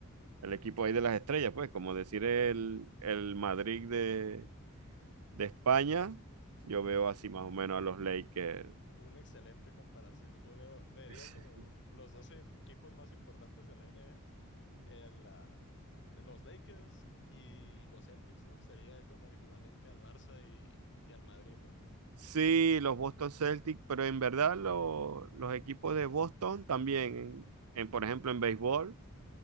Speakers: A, on the right; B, on the left.
A: el equipo ahí de las estrellas, pues, como decir el, el Madrid de, de España, yo veo
B: Un-
A: así más o menos a los Lakers.
B: Una excelente comparación. Yo veo, vería
A: <laughs>
B: como los 12 equipos más importantes de la NBA, el, ah, los Lakers y, los Celtics, ¿no? Sería como el equivalente al Barça y, y al Madrid, ¿no?
A: Sí, los Boston Celtics, pero en verdad lo- los equipos de Boston también, en, en, por ejemplo en béisbol,